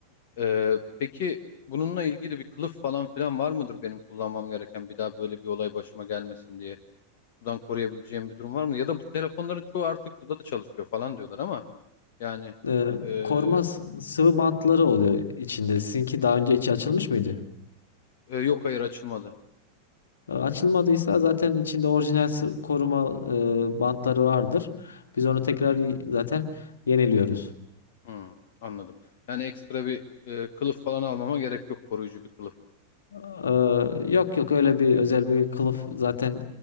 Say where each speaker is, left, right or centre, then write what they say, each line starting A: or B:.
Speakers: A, on the left (about 50°); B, on the left (about 70°).
A: Ee, peki bununla ilgili bir kılıf falan filan var mıdır benim kullanmam gereken bir daha böyle bir olay başıma gelmesin diye sudan koruyabileceğim bir durum var mı? Ya da bu telefonların çoğu artık suda da çalışıyor falan diyorlar ama yani
B: E,
A: ee,
B: koruma s- sıvı bantları oluyor içinde. Sizinki daha önce içi açılmış mıydı?
A: e, yok hayır açılmadı.
B: E, Açılmadıysa zaten içinde orijinal sı- koruma e, bantları vardır. Biz onu tekrar y- zaten yeniliyoruz.
A: Hmm, anladım. Yani ekstra bir e, kılıf falan almama gerek yok koruyucu bir kılıf.
B: E, Yok yok öyle bir özel bir kılıf zaten